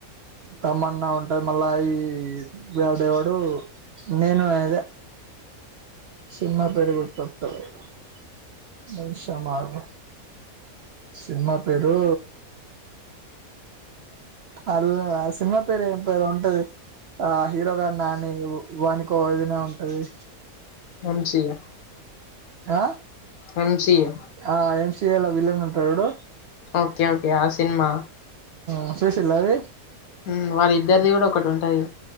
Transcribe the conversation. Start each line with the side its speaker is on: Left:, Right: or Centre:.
Right: తమన్నా ఉంటాది మళ్ళా ఈ వేడేవాడు నేను అదే సినిమా పేరు గుర్తోత్తలేదు ఒక నిమిశం అగు సినిమా పేరు అ ఆ సినిమా పేరు ఏం పేరో ఉంటది ఆ హీరోగాడ్ నాని వాని కోదిన ఉంటది
Left: అంచిగ
Right: ఆ
Left: ఎంసీఏ
Right: ఆ ఎంసిఏలా విలన్ అంటాడు చూడు
Left: ఓకే ఓకే ఆ సినిమా
Right: ఆ సూసిళ్ళ అది
Left: మ్ వాళ్ళ ఇద్దరిది కూడా ఒకటి ఉంటది